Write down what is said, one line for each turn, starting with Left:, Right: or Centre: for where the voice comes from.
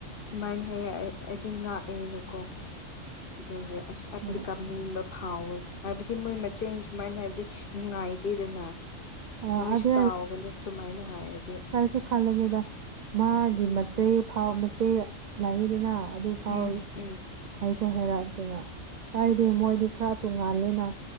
Left: ꯁꯨꯃꯥꯏꯅ ꯍꯥꯏꯌꯦ ꯑꯩ ꯑꯩꯗꯤ ꯉꯥꯛꯑꯦꯅꯀꯣ ꯑꯗꯨꯒꯤ ꯑꯁ ꯑꯩꯗꯤ
Right: ꯍꯣꯏ
Left: ꯀꯥꯞꯅꯤꯡꯕ ꯐꯥꯎꯋꯦ ꯍꯥꯏꯕꯗꯤ ꯃꯣꯏ ꯃꯆꯤꯟ ꯁꯨꯃꯥꯏꯅ ꯍꯥꯏꯕꯗꯤ ꯅꯨꯡꯉꯥꯏꯇꯦꯗꯅ
Right: ꯑꯥ
Left: ꯅꯣꯏꯁꯨ
Right: ꯑꯗꯨ
Left: ꯇꯥꯎꯒꯅꯤ ꯁꯨꯃꯥꯏꯅ ꯍꯥꯏꯔꯦ
Right: ꯀꯥꯏꯁꯨ ꯈꯜꯂꯅꯨꯗ ꯃꯥꯒꯤ ꯃꯆꯦ ꯐꯥꯎ ꯃꯆꯦ ꯂꯩꯗꯅ ꯑꯗꯨ ꯐꯥꯎ
Left: ꯎꯝ ꯎꯝ
Right: ꯑꯩꯁꯨ ꯍꯩꯔꯛꯇꯦꯅ ꯍꯥꯏꯗꯤ ꯃꯣꯏꯗꯤ ꯈꯔ ꯇꯣꯡꯉꯥꯜꯂꯦꯅ